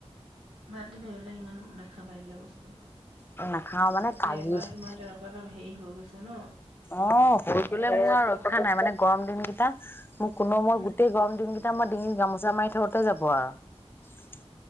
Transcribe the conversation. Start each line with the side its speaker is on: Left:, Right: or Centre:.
Right: মাতিবা এইবিলাক ইমান নাখাবা এইবিলাক বস্তু
Left: উ, নাখাওঁ মানে
Right: তাতে
Left: কালিয়ে
Right: এবাৰ
Left: থৈ
Right: তোমাৰ
Left: দিছোঁ।
Right: তেনেকুৱা এটা হেৰি হৈ গৈছে ন
Left: অ', থৈ
Right: সেই
Left: দিলে
Right: ভাইৰাছটো
Left: মোৰ আৰু
Right: পতককে
Left: ৰক্ষা নাই মানে গৰম দিনকেইটা! মোক, কোনো মই
Right: উম
Left: গোটেই গৰম দিনকেইটা মই ডিঙিত গামোচা মাৰি থওতে যাব আৰু।